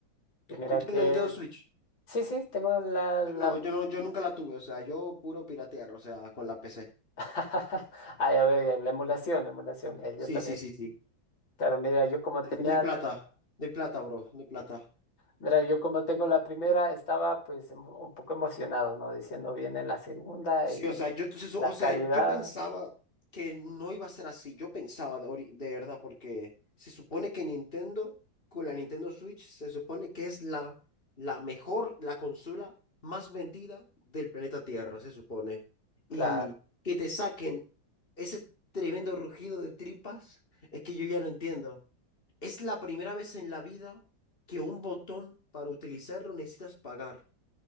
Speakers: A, on the left; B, on the left.
A: y mira
B: ¿Tú tienes
A: que,
B: una Nintendo Switch?
A: sí, sí, tengo la, la,
B: No, yo no, yo nunca la tuve, o sea, yo puro piratear, o sea, con la PC.
A: <laughs> ah, ya veo, ya, <laughs> la emulación, la emulación, ellos
B: Sí,
A: también,
B: sí, sí, sí.
A: claro, mira, yo como
B: No
A: tenía,
B: hay no hay plata,
A: la-
B: no hay plata, bro, no hay plata.
A: mira, yo como tengo la primera, estaba pues em- un poco emocionado, ¿no? Diciendo viene la segunda
B: Sí,
A: y
B: o sea, yo, entonces, o
A: la calidad,
B: sea, yo pensaba que no iba a ser así. Yo pensaba de, ori- de verdad, porque se supone que Nintendo, con la Nintendo Switch, se supone que es la, la mejor, la consola más vendida del planeta Tierra, se supone.
A: claro,
B: Y que te saquen ese tremendo rugido de tripas, es que yo ya no entiendo. Es la primera vez en la vida que un botón para utilizarlo necesitas pagar.